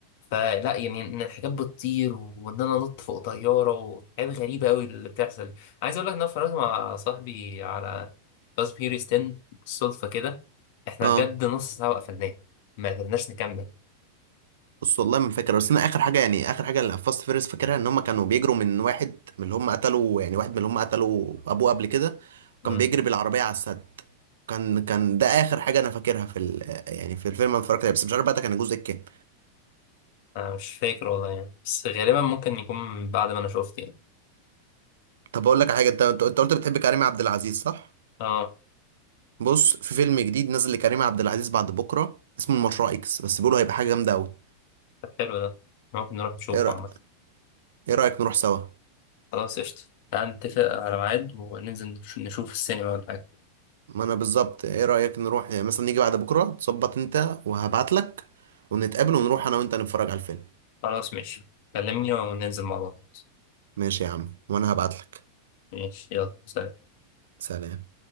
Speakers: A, on the left; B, on the right.
A: فلا يعني ان الحاجات بتطير وان انا انط فوق طياره وحاجات غريبه قوي اللي بتحصل دي عايز اقول لك ان انا اتفرجت مع صاحبي على فاست فيوريوس 10 بالصدفه كده احنا
B: اه
A: بجد نص ساعه وقفلناه ما قدرناش نكمل
B: بص والله ما فاكر بس انا اخر حاجه يعني اخر حاجه اللي فاست فيرس فاكرها ان هم كانوا بيجروا من واحد من اللي هم قتلوا يعني واحد من اللي هم قتلوا ابوه قبل كده وكان
A: مم.
B: بيجري بالعربيه على السد كان كان ده اخر حاجه انا فاكرها في ال... يعني في الفيلم انا اتفرجت عليه بس مش عارف بقى ده كان الجزء الكام
A: انا مش فاكر والله يعني بس غالبا ممكن يكون بعد ما انا شفت يعني
B: طب اقول لك على حاجه انت انت أنت قلت بتحب كريم عبد العزيز صح
A: اه
B: بص في فيلم جديد نزل لكريم عبد العزيز بعد بكره اسمه المشروع اكس بس بيقولوا هيبقى حاجه جامده قوي
A: طب حلو ده ممكن نروح نشوفه
B: ايه رايك
A: عامه
B: ايه رايك نروح سوا
A: خلاص قشطه تعال نتفق على ميعاد وننزل نش- نشوف السينما ولا حاجه
B: ما انا بالظبط ايه رأيك نروح يعني مثلا نيجي بعد بكرة تظبط انت وهبعتلك ونتقابل ونروح انا وانت نتفرج على الفيلم
A: خلاص ماشي كلمني وننزل مع بعض
B: ماشي يا عم وانا هبعتلك
A: ماشي يلا سلام
B: سلام